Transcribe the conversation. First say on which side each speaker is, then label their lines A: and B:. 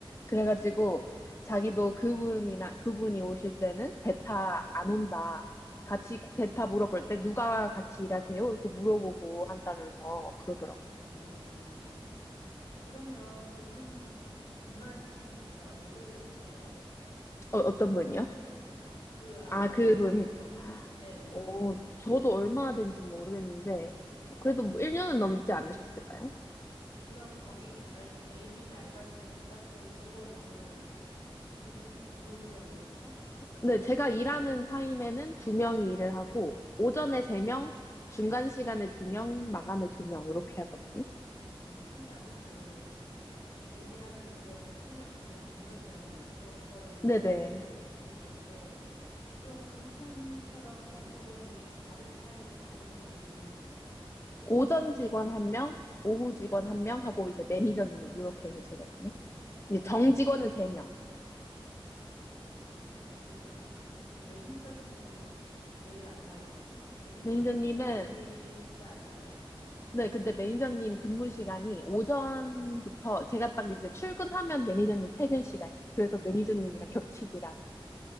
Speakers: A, on the left; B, on the left.
A: 그래가지고 자기도 그분이나 그분이 오실 때는 대타 안 온다. 같이 대타 물어볼 때 누가 같이 일하세요? 이렇게 물어보고 한다면서 그러더라고.
B: 어, 어. 그러면 그분은 근무하신 지가 오래됐을까요?
A: 어, 어떤 분이요?
B: 그 아까
A: 아, 그분.
B: 그 정직원이, 네네, 네.
A: 어, 저도 얼마나 된지 모르겠는데
B: 네.
A: 그래도
B: 네.
A: 뭐 1년은 넘지 않으셨을까요?
B: 그럼 거기 알, A님이 알바하시는 그 카페 직원은 두 분, 두 명이에요, 총?
A: 네, 제가 일하는 타임에는 두 명이 일을 하고, 오전에 세 명, 중간 시간에 두 명, 마감에 두 명, 이렇게 하거든요.
B: 음, 항상 그 대기하는 인원은 세 명, 두 명, 두 명이라는 얘기죠. 그거를
A: 네네.
B: 로테이션 시키는 건데, 그럼 그분처럼 정직원이 다른 타임에도 다른 분이 있는 건가요?
A: 오전
B: 그분이
A: 직원
B: 계속,
A: 한 명, 오후 직원
B: 네.
A: 한 명 하고, 이제 매니저님, 이렇게 계시거든요. 이제 정 직원은 세 명.
B: 정직원 세, 그럼 매니저님은 매일 안 나오세요? 매니저님이
A: 매니저님은,
B: 관리자 아닌가요?
A: 네, 근데 매니저님 근무 시간이 오전부터,
B: 네.
A: 제가 딱 이제 출근하면 매니저님 퇴근 시간. 그래서 매니저님이랑 겹치지라.